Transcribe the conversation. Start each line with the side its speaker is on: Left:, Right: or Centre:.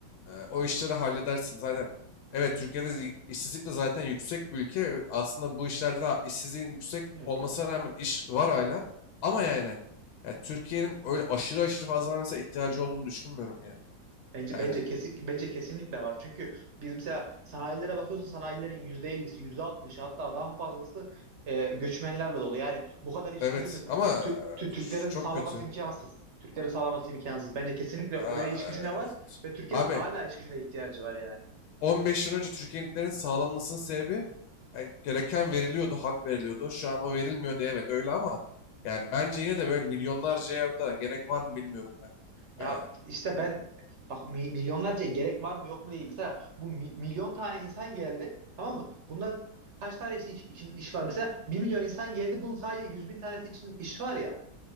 Left: Ee, o işleri halledersin. Zaten evet Türkiye'de zi- işsizlik de zaten yüksek bir ülke. Aslında bu işlerde de işsizliğin yüksek
Right: yok.
Left: olmasına rağmen iş var hala. Ama yani, ya Türkiye'nin öyle aşırı aşırı fazla mesela ihtiyacı olduğunu düşünmüyorum ya.
Right: Bence
Left: Yani
Right: bence kesin bence kesinlikle var. Çünkü biz mesela sanayilere bakıyorsun sanayilerin yüzde ellisi, yüzde %60'ı hatta daha fazlası e, göçmenlerle dolu. Yani bu kadar iş
Left: evet
Right: gücünü Tü-
Left: ama e,
Right: Tü- Türklerin
Left: ç- çok
Right: sağlaması
Left: kötü.
Right: imkansız. Türklerin sağlaması imkansız. Bence kesinlikle
Left: Aa,
Right: öyle iş gücüne
Left: e,
Right: var ve Türkiye'nin
Left: Abi
Right: hala iş gücüne ihtiyacı var yani.
Left: 15 yıl önce Türkiye'nin sağlanmasının sebebi e, gereken veriliyordu, hak veriliyordu. Şu an o verilmiyor diye evet öyle ama yani bence yine de böyle milyonlarcaya da gerek var mı bilmiyorum ben.
Right: Ya
Left: E,
Right: işte ben bak mi- milyonlarca gerek var mı yok mu değil. Mesela bu mi- milyon tane insan geldi tamam mı? Bunların kaç tanesi iç- için iş var? Mesela bir milyon insan geldi bunun sadece 100 bin tanesi için iş var ya.